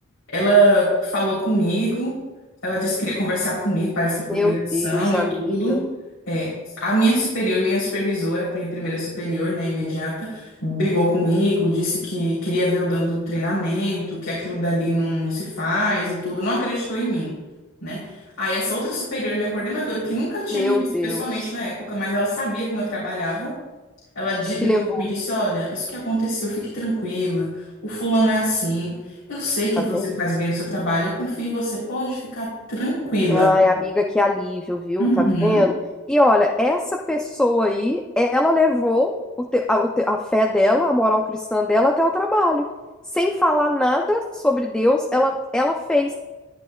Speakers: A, on the left; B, in the centre.
A: Ela falou comigo, ela disse que queria conversar comigo, parece que por
B: Meu
A: ligação
B: Deus, amiga,
A: e tudo. É, a minha superior, minha supervisora, a minha primeira superior, né, imediata, brigou comigo, disse que queria ver eu dando treinamento, que aquilo dali não, não se faz e tudo, não acreditou em mim, né? Aí essa outra superior, minha coordenadora, que nunca tinha
B: meu
A: me visto
B: Deus,
A: pessoalmente na época, mas ela sabia como eu trabalhava, ela di- ligou
B: te levou,
A: para mim e disse: Olha, isso que aconteceu, fique tranquila. O fulano é assim. Eu sei que
B: tá
A: você
B: vendo?
A: faz bem o seu trabalho, eu confio em você, pode ficar tranquila.
B: Ai, amiga, que alívio, viu?
A: Uhum,
B: Tá vendo? E olha, essa pessoa aí, ela levou o te- a, o te- a fé dela, a moral cristã dela até o trabalho. Sem falar nada sobre Deus, ela, ela fez,